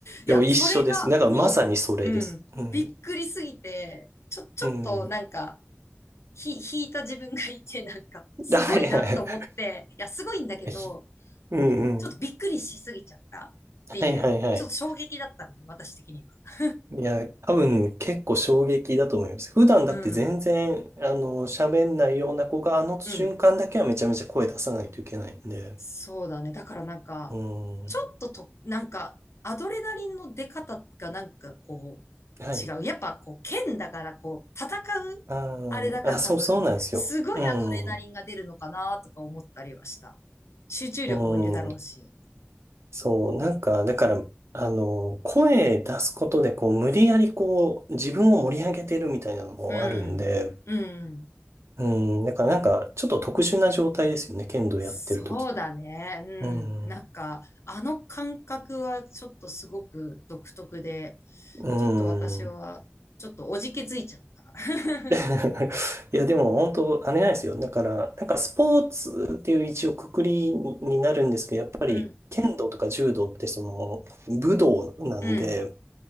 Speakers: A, on the left (about 80°); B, on the right (about 75°).
A: いや、
B: いや、
A: それがもううん。
B: 一緒です。だからまさにそれです。
A: うびっくりすぎて、
B: うん。
A: ちょ、ちょっとなんか、
B: うん。
A: ひ、引いた自分がいて、<laughs> なんか、すごいなと思って、
B: はいはいはい。
A: いや、すごいんだけど、
B: <laughs> うんうん。
A: ちょっとびっくりしすぎちゃったっていう、
B: はいはいはい。
A: ちょっと衝撃だったのね、私的には。
B: いや、多分結構衝撃だと思います。普段だって全然、
A: うん。
B: あの、喋んないような子が、あの瞬間だけはめちゃめちゃ声出さないといけないんで。
A: うん。そうだね。だからなんか、
B: う
A: ちょっとと、
B: ん。
A: なんか、アドレナリンの出方がなんかこう、
B: はい。
A: 違う。やっぱこう、剣だからこう、戦う、
B: あーあ、
A: あれだから多分、
B: そう、そうなんですよ。
A: すごいアドレナリンが出るのかなとか思ったりはした。
B: うん。
A: 集中力もいるだろうし。
B: うん。そう、なんか、だから、あの、声出すことで、こう、無理やりこう、自分を盛り上げてるみたいなのもあるんで、
A: うん。うん。
B: うん。だからなんか、ちょっと特殊な状態ですよね。剣道やってる時って。
A: そうだね。うん。
B: うん。
A: なんか、あの感覚はちょっとすごく独特で、
B: う
A: ちょっと私は、
B: ん。
A: ちょっとおじけづいちゃった。<laughs>
B: <laughs> いや、でも本当、あれなんですよ。だから、なんかスポーツっていう一応くくりになるんですけど、やっぱり剣道とか柔道ってその武道なんで、
A: うん。うん、